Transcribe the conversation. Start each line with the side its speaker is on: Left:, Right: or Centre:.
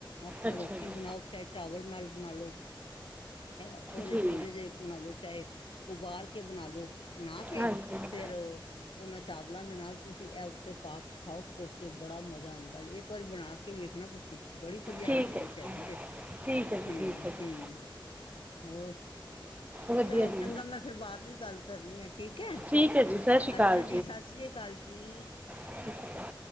Left: ਆਪਣਾ
Right: ਅੱਛਾ
Left: ਰੋਟੀ
Right: ਜੀ
Left: ਬਣਾਓ ਐ ਚਾਵਲ ਨਾਲ ਬਣਾ ਲੋ, ਐ ਉਹਦੇ
Right: ਠੀਕ
Left: ਜੀਰੇ ਦੇ ਬਣਾ ਲੋ ਚਾਹੇ ਉਬਾਲ ਕੇ ਬਣਾਾ ਲੋ, ਬਣਾ ਕੇ
Right: ਹਾਂਜੀ
Left: ਫੇਰ ਉਹਨਾਂ ਚਾਵਲਾਂ ਦੇ ਨਾਲ ਤੁਸੀਂ ਇਹ ਉੱਤੇ ਪਾ ਕੇ ਖਾਓ ਕੁਫਤੇ, ਬੜਾ ਮਜ਼ਾ ਆਉਂਦਾ ਜੇ, ਇੱਕ ਵਾਰੀ ਬਣਾ ਕੇ ਕੇ ਵੇਖਣਾ ਤੁਸੀਂ, ਬੜੀ ਵਧੀਆ
Right: ਠੀਕ
Left: ਡਿਸ਼
Right: ਹੈ ਜੀ
Left: ਹੈਗੀ ਜੇ
Right: ਠੀਕ ਹੈ ਜੀ
Left: ਹੁੰ-ਹੁੰ
Right: ਠੀਕ ਹੈ ਜੀ
Left: ਹੋਰ
Right: ਵਧੀਆ
Left: ਚਲੋ
Right: ਜੀ
Left: ਚੰਗਾ, ਮੈਂ ਫੇਰ ਬਾਅਦ ਵੀ ਗੱਲ ਕਰਨੀ ਆ, ਠੀਕ ਏ
Right: ਠੀਕ ਹੈ ਜੀ ਸਤਿ ਸ਼੍ਰੀ ਅਕਾਲ
Left: ਅੱਛਾ ਜੀ, ਸਸ੍ਰੀ ਸਤਿ ਸ੍ਰੀ ਅਕਾਲ ਜੀ।
Right: ਸਤਿ ਸ਼੍ਰੀ ਅਕਾਲ